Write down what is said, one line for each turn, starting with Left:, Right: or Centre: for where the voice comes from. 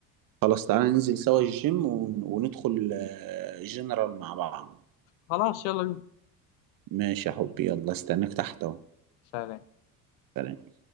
Right: خلاص تعالى ننزل سوا الجيم ون... وندخل آه، جنرال مع بعض
Left: خلاص يلا بينا
Right: ماشي يا حبي يلا استناك تحت أهو
Left: سلام
Right: سلام.